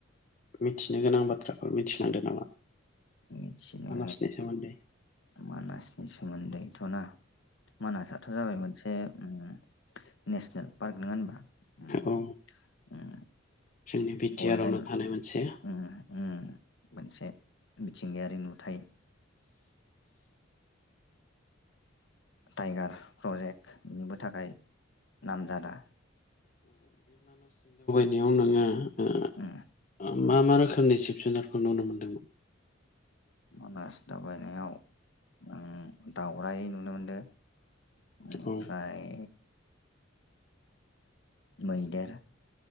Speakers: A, on the left; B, on the left.
A: मिथिनो गोनां बाथ्राफोर मिथिलांदों नामा
B: मिथिनो
A: मानासनि सोमोनदै
B: मानासनि सोमोन्दै थ'ना मानासाथ' जाबाय मोनसे उम नेसनेल पार्क नङा होनबा उम
A: औ
B: उम
A: जोंनि बि
B: गल्डेन
A: टि आर आवनो
B: उम
A: थानाय मोनसे
B: उम मोनसे मिथिंगायारि नुथाय टाइगार प्रजेक्टनिबो थाखाय नामजादा
A: एयाव नोङो ओ
B: उम
A: मा मा रोखोमनि जिब जुनारफोर नुनो मोनदोंमोन
B: मानास दावबायनायाव आं दावराय नुनो मोनदो ओमफ्राय
A: औ
B: मैदेर